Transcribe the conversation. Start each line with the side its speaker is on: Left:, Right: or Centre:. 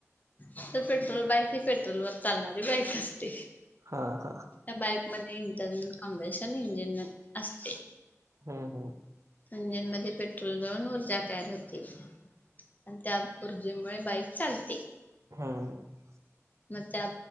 Left: तर पेट्रोल बाईक ही पेट्रोलवर चालणारी बाईक असते.
Right: हा हा.
Left: त्या बाईकमध्ये इंटरनल कम्वेशन इंजिन असते.
Right: हम्म हम्म.
Left: इंजनमध्ये पेट्रोल जाऊन ऊर्जा तयार होते. आणि त्या ऊर्जेमुळे बाईक चालते.
Right: हम्म
Left: मग त्या